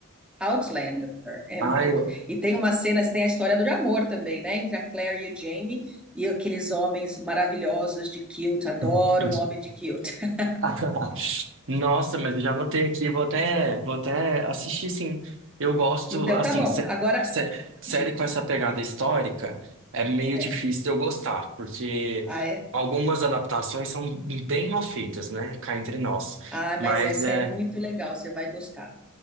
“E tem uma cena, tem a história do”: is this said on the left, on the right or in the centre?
Centre